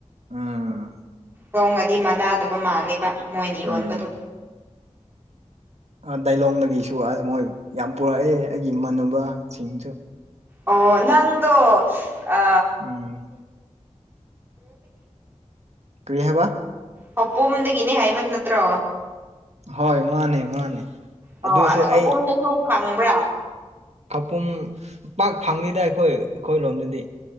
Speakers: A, on the right; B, on the right.
A: ꯎꯝ
B: ꯍꯣꯡꯉꯁꯨ ꯃꯅꯥꯗꯕ ꯃꯥꯜꯂꯦꯕ ꯃꯣꯏꯅ ꯌꯣꯟꯕꯗꯣ
A: ꯎꯝ ꯗꯥꯏꯂꯣꯡꯗꯒꯤꯁꯨ ꯑꯁ ꯃꯣꯏ ꯌꯥꯝ ꯄꯨꯔꯛꯑꯦ ꯑꯩꯒꯤ ꯏꯃꯥꯟꯅꯕꯁꯤꯡꯁꯨ
B: ꯑꯣ ꯅꯪꯗꯣ ꯑ
A: ꯎꯝ ꯀꯔꯤ ꯍꯥꯏꯕ
B: ꯈꯧꯄꯣꯝꯗꯒꯤꯅꯦ ꯍꯥꯏꯕ ꯅꯠꯇ꯭ꯔꯣ
A: ꯍꯣꯏ ꯃꯥꯅꯦ ꯃꯥꯅꯦ
B: ꯑꯣ
A: ꯑꯗꯨꯁꯨ
B: ꯈꯧꯄꯨꯝꯗꯁꯨ
A: ꯑꯩ
B: ꯐꯪꯕ꯭ꯔꯥ
A: ꯀꯄꯨꯝ ꯄꯥꯛ ꯐꯪꯗꯗ ꯑꯩꯈꯣꯏ ꯑꯩꯈꯣꯏ ꯂꯣꯝꯗꯗꯤ <inaudible>